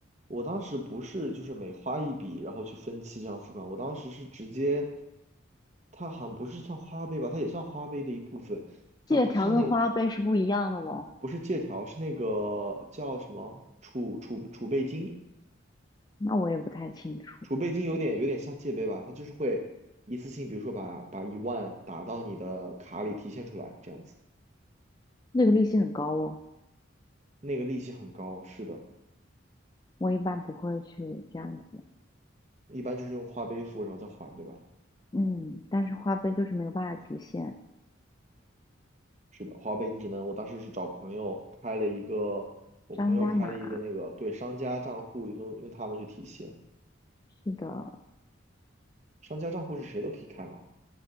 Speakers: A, on the right; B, on the left.
A: 我当时不是就是每花一笔，然后去分期这样付款，我当时是直接，它好像不是算花呗吧，它也算花呗的一部分，
B: 借条跟花呗是不一样的哦，
A: 它还算那个不是借条，是那个叫什么储储储备金，
B: 那我也不太清楚，
A: 储备金有点有点像借呗吧，它就是会一次性，比如说把把一万打到你的卡里提现出来，这样子，
B: 那个利息很高哦，
A: 那个利息很高，是的，
B: 我一般不会去这样子，
A: 一般就是用花呗付，然后再还，对吧？
B: 嗯，但是花呗就是没有办法提现，
A: 是的，花呗你只能，我当时是找朋友开了一个，我朋友开了一个那个，
B: 商家码，
A: 对，商家账户，用用他们去提现，
B: 是的，
A: 商家账户是谁都可以开吗？